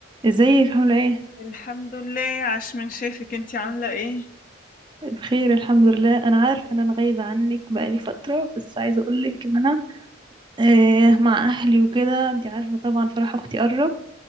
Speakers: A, on the right (about 25°); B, on the left (about 45°).
A: ازيك عاملة ايه؟
B: الحمد لله عاش من شافك انتي عاملة ايه
A: طيب، بخير الحمد لله انا عارفة ان انا غايبة عنك بقالي فترة بس عايزة اقولك ان انا آه مع اهلي وكده انتي عارفة طبعا فرح اختي قرب